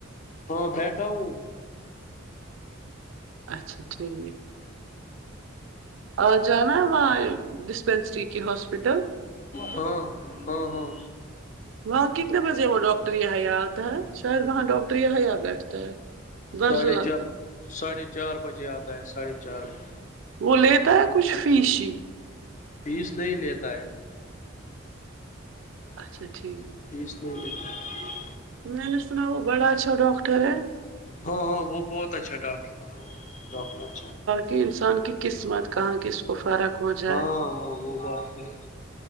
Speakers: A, on the left (about 35°); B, on the right (about 65°).
A: ہاں بیٹھا ہوں
B: اچھا ٹھیک آ جانا ہے وہاں ڈسپینسری کے ہاسپٹل
A: ہاں ہاں ہاں
B: وہاں کتنے بجے وہ ڈاکٹر یہاں یہ آتا ہے شاید وہاں ڈاکٹر یہیا بیٹھتا ہے برزولا
A: ساڑھے چار
B: کا
A: ساڑھے چار بجے آتا ہے ساڑھے چار بجے
B: وہ لیتا ہے کچھ فیش ہی
A: فیس نہیں لیتا ہے
B: اچھا
A: فیس
B: ٹھیک
A: فیس نہیں لیتا ہے
B: میں نے سنا وہ بڑا اچھا ڈاکٹر ہے
A: ہاں ہاں وہ بہت اچھا ڈاکٹرٹر
B: کہ انسان کی قسمت کہاں کس کو فرق ہو جائے
A: ہاں ہاں وہ بات بھی ہے